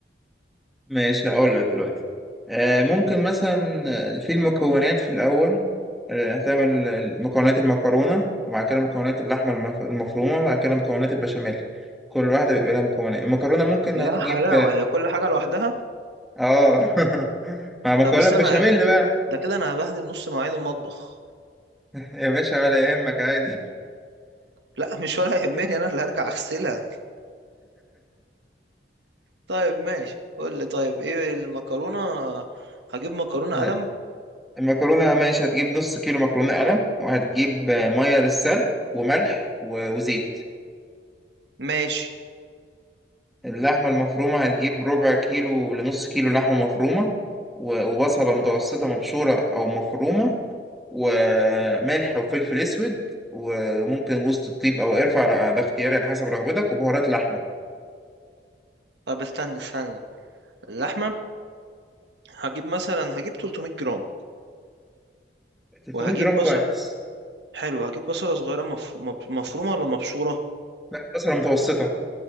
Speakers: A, in the centre; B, on the right (about 75°).
A: ماشي هقول لك دلوقتي آه ممكن مثلا في المكونات في الاول آه هتعمل مكونات المكرونه وبعد كده مكونات اللحمه المف- المفرومه وبعد كده مكونات البشاميل كل واحده بيبقى لها مكونات المكرونه ممكن
B: يا
A: هتجيب
B: حلاوه هي كل حاجه لوحدها
A: اه <laughs> مع مكرونه
B: طب استنى
A: بشاميل
B: يا ت-
A: بقى
B: ده كده انا هبهدل نص مواعين المطبخ
A: يا باشا ولا يهمك عادي
B: لا مش ولا يهمني انا اللي هرجع اغسلها طيب ماشي قول لي طيب ايه المكرونه هجيب مكرونه
A: <laughs>
B: قلم
A: المكرونة ماشي هتجيب نص كيلو مكرونة قلم وهتجيب آه، مية للسلق وملح و- وزيت
B: ماشي
A: اللحمة المفرومة هتجيب ربع كيلو لنص كيلو لحمة مفرومة و- وبصلة متوسطة مبشورة أو مفرومة وملح وفلفل أسود وممكن وسط الطيب أو قرفة على- ده اختياري على حسب رغبتك وبهارات لحمة
B: طب استنى استنى اللحمة هجيب مثلا هجيب 300 جرام
A: 300
B: وهجيب
A: جرام
B: بصل
A: كويس
B: حلو هجيب بصلة صغيرة مف... مف- مفرومة ولا مبشورة
A: لا بصلة متوسطة